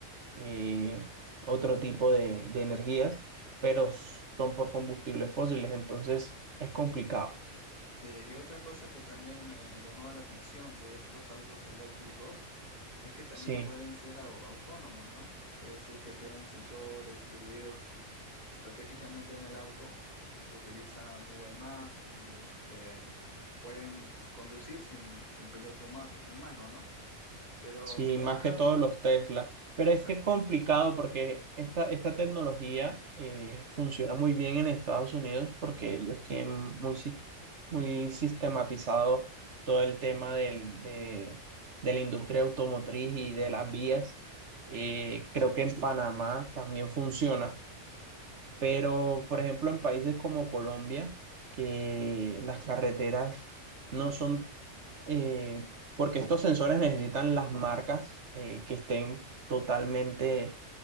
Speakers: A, on the right; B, on the left.
A: eh, otro tipo de, de energías, pero s- son por combustibles fósiles, entonces es complicado.
B: Eh, y otra cosa que también me llamaba la atención de estos autos eléctricos es que también
A: Sí,
B: pueden ser au- autónomos, ¿no? Es decir, que tienen sensores distribuidos estratégicamente en el auto, utilizan Google Maps y este, pueden conducir sin, sin piloto humato- humano, ¿no? Pero
A: sí,
B: me da,
A: más que todos los Tesla. Pero
B: exacto.
A: es que es complicado porque esta, esta tecnología eh, funciona muy bien en Estados Unidos porque ellos tienen muy, si- muy sistematizado todo el tema del, de, de la industria automotriz y de las vías. Eh, creo que en Panamá también funciona Pero, por ejemplo, en países como Colombia, que las carreteras no son, eh, porque estos sensores necesitan las marcas eh, que estén totalmente